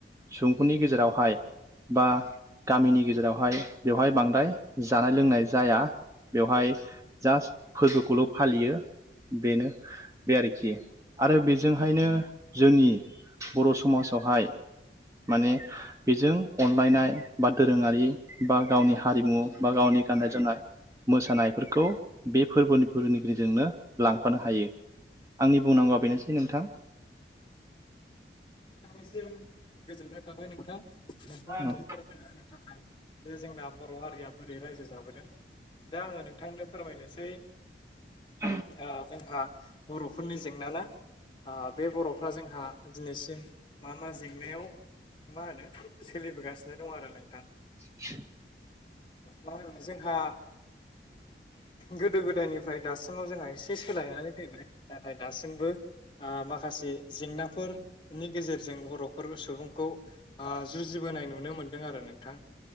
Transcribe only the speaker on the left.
नोंथांनिसिम गोजोननाय थाबाय नोंथां। नोंथाङा
आंनो फोरमायना होनो थाखाय जे जोंना बर' हारिया बोरै रायजो जाबोदों। दा आङो नोंथांनो फोरमायनोसै
ओ जोंहा बर'फोरनि जेंना ना ओ बे बर' फ्रा जोंहा दिनैसिम मा मा जेंनायाव मा होनो सोलिबोगासिनो दं आरो नोंथां
मा होनो जोंहा गोदो गोदायनिफ्राय दासिमाव जोंहा एसे सोलायनानै फैबाय नाथाय दासिमबो ओ माखासे जेंनाफोरनि गेजेरजों बर'फोर सुबुंखौ जुजिबोनाय नुनो मोन मोनदों आरो नोंथां